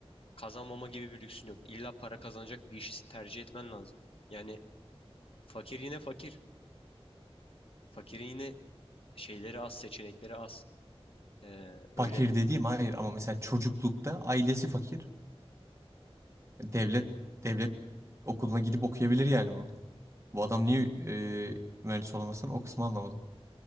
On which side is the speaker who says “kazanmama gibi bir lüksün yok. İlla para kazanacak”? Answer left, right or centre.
Left